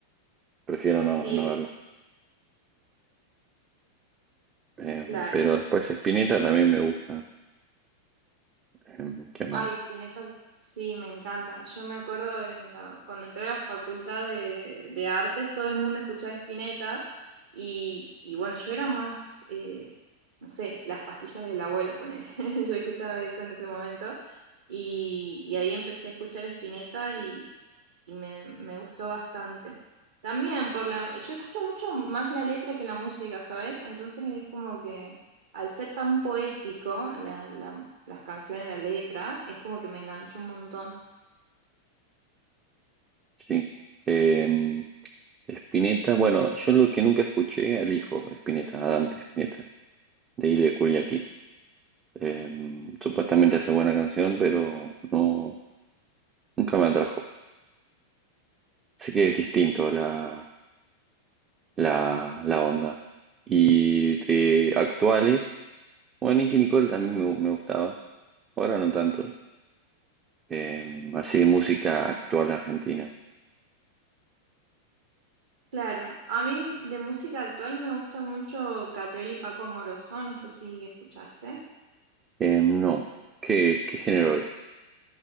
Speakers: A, on the right; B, on the right.
A: Prefiero no,
B: Sí,
A: no
B: por-
A: verlo. Eh,
B: claro.
A: pero después Spinetta también me gusta. Eh, ¿qué más?
B: Ay, Spinetta, sí, me encanta. Yo me acuerdo en la- cuando entré a la facultad de, de artes, todo el mundo escuchaba Spinetta y, y bueno, yo era más, eh, no sé, las pastillas del abuelo, ponele. <laughs> Yo escuchaba eso en ese momento y, y ahí empecé a escuchar Spinetta y, y me, me gustó bastante. También por la, yo escucho mucho más la letra que la música, ¿sabes? Entonces es como que al ser tan poético, la, la las canciones, la letra, es como que me enganchó un montón.
A: Sí. Eh, Spinetta, bueno, yo lo que nunca escuché al hijo de Spinetta, a Dante Spinetta, de Ile Kuriaki. Eh, supuestamente hace buena canción, pero no, nunca me atrajo. Así que es distinto la, la, la onda. Y de actuales, bueno, Nicki Nicole también me, me gustaba, ahora no tanto. Eh, así de música actual argentina.
B: Claro, a mí de música actual me gusta mucho Catriel y Paco Amoroso, no sé si escuchaste.
A: Eh, no, ¿qué, qué género es?